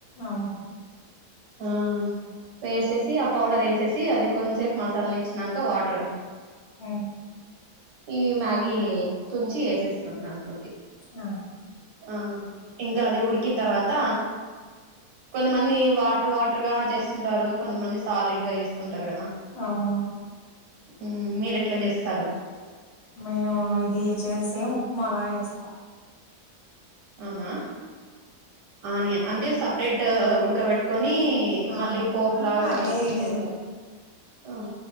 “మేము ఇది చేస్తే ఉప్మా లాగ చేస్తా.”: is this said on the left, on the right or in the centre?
Left